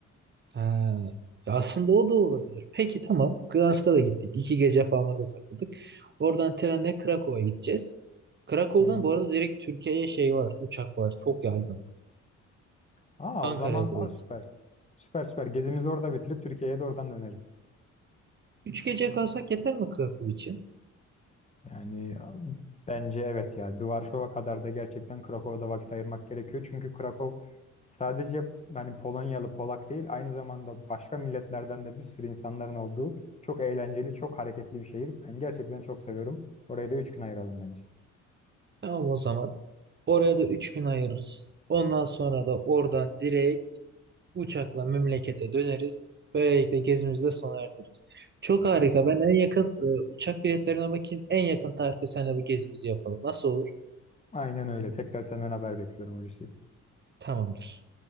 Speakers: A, on the right (about 35°); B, on the left (about 20°).
A: Ha. Ya aslında o da olabilir. Peki tamam. Glasgow'a da gittik. İki gece falan orada takıldık. Oradan trenle Krakow'a gideceğiz. Krakow'dan
B: Hı hı.
A: bu arada direkt Türkiye'ye şey var. Uçak var. Çok yaygın.
B: Aa
A: Ankara'ya
B: o zaman
A: direkt.
B: aa, süper. Süper süper. Gezimizi orada bitirip Türkiye'ye de oradan döneriz.
A: Üç gece kalsak yeter mi Krakow için?
B: Yani ya, bence evet ya. Varşova kadar da gerçekten Krakow'da vakit ayırmak gerekiyor. Çünkü Krakow sadece hani Polonyalı Polak değil aynı zamanda başka milletlerden de bir sürü insanların olduğu çok eğlenceli, çok hareketli bir şehir. Ben gerçekten çok seviyorum. Orayı da 3 gün ayıralım bence.
A: Tamam o zaman. Oraya da 3 gün ayırırız. Ondan sonra da oradan direkt uçakla memlekete döneriz. Böylelikle gezimizi de sona erdiririz. Çok harika. Ben en yakın e, uçak biletlerine bakayım. En yakın tarihte seninle bu gezimizi yapalım. Nasıl olur?
B: Aynen öyle. Tekrar senden haber bekliyorum Hulusi.
A: Tamamdır.